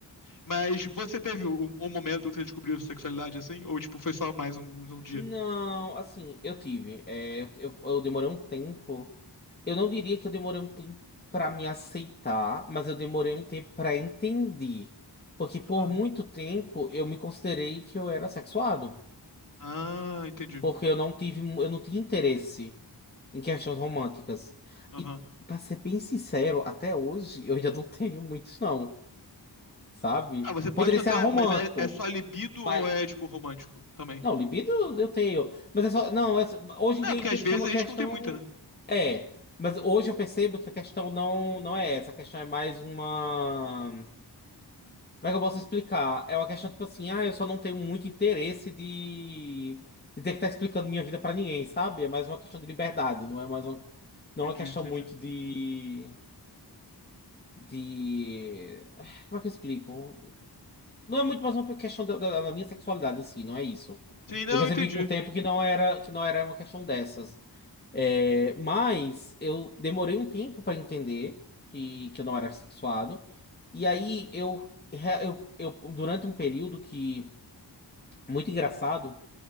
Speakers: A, on the left; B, on the left.
A: Mas você teve um, um momento que você descobriu sua sexualidade assim? Ou, tipo, foi só mais um, um dia?
B: Não, assim, eu tive. é, eu, eu demorei um tempo. Eu não diria que eu demorei um tempo pra me aceitar, mas eu demorei um tempo pra entender. Porque por
A: Aham.
B: muito tempo eu me considerei que eu era sexuado.
A: Ah, entendi.
B: Porque eu não tive, eu não tinha interesse. em questões românticas.
A: Aham.
B: E, pra ser bem sincero, até hoje eu ainda não <laughs> tenho muitos, não, sabe?
A: Ah, você pode
B: Poderia
A: só
B: ser
A: ter,
B: aromântico,
A: mas é, é só libido
B: mas.
A: ou é, tipo, romântico também?
B: Não, libido eu tenho. Mas é só. Não, é- hoje em
A: É,
B: dia
A: porque
B: eu entendo
A: às vezes
B: que é uma
A: a gente
B: questão.
A: não tem muita, né?
B: É. Mas hoje eu percebo que a questão não, não é essa. A questão é mais uma. Como é que eu posso explicar? É uma questão tipo assim, ah, eu só não tenho muito interesse de, de ter que estar explicando minha vida pra ninguém, sabe? É mais uma questão de liberdade, não é mais uma, não
A: Entendi,
B: é uma questão
A: entendi.
B: muito de. de. Como é que eu explico? Não é muito mais uma questão da, da- da minha sexualidade em si, não é isso.
A: Sim, não,
B: Eu percebi
A: entendi.
B: com o tempo que não era, que não era uma questão dessas. É, mas eu demorei um tempo para entender que, que eu não era sexuado. E aí eu, re- eu, eu durante um período que muito engraçado,